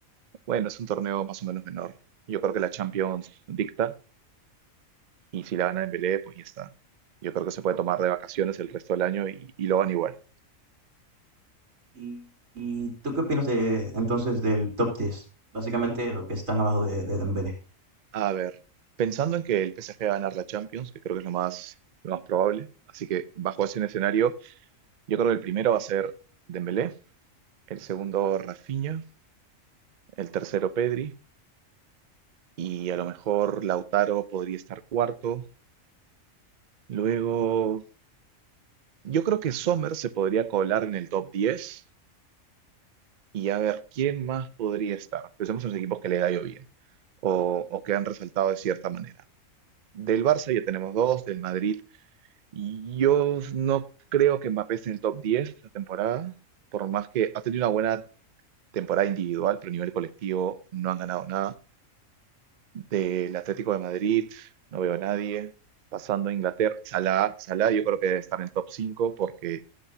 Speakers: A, on the right (about 55°); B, on the right (about 75°).
A: bueno, es un torneo más o menos menor. Yo creo que la Champions dicta Y si la gana Dembélé, pues ya está. Yo creo que se puede tomar de vacaciones el resto del año y, y lo gana igual.
B: ¿Y, y tú qué opinas de entonces del top diez Básicamente lo que están abajo de, de Dembélé.
A: A ver, pensando en que el PSG va a ganar la Champions, que creo que es lo más, lo más probable, así que bajo ese escenario, yo creo que el primero va a ser Dembélé, el segundo Rafinha, el tercero Pedri y a lo mejor Lautaro podría estar cuarto. Luego, yo creo que Sommer se podría colar en el top diez Y a ver, ¿quién más podría estar? Pensemos en los equipos que le ha ido bien o, o que han resaltado de cierta manera. Del Barça ya tenemos dos, del Madrid. Yo no creo que Mbappé esté en el top 10 esta temporada, por más que ha tenido una buena temporada individual, pero a nivel colectivo no han ganado nada. Del Atlético de Madrid no veo a nadie. Pasando a Inglaterra, Salah, Salah yo creo que debe estar en el top 5 porque